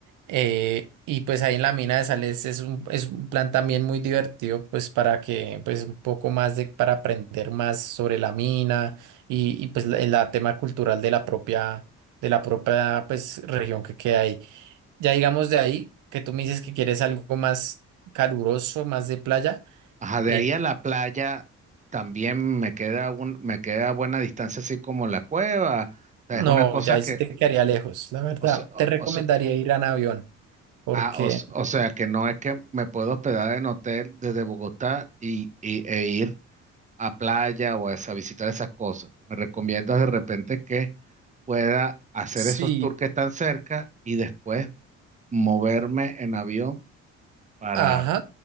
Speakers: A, on the right; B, on the right.
A: Eh, y pues ahí en la mina de sales es un, es un plan también muy divertido, pues para que, pues un poco más de, para aprender más sobre la mina y, y pues la, la tema cultural de la propia, de la propia, pues región que queda ahí. Ya digamos de ahí, que tú me dices que quieres algo más caluroso, más de playa,
B: Ajá, de
A: eh,
B: ahí a la playa también me queda un, me queda buena distancia, así como la cueva. O sea,
A: no,
B: es una cosa
A: ya ahí
B: que,
A: sí te quedaría lejos, la verdad.
B: o se- o-
A: Te recomendaría
B: o sea,
A: ir a Navión, porque
B: Ah, o, s- o sea que no es que me puedo hospedar en hotel desde Bogotá y, y- e ir a playa o a, esa- visitar esas cosas. Me recomiendas de repente que pueda hacer
A: sí.
B: esos tours que están cerca y después moverme en avión para
A: Ajá.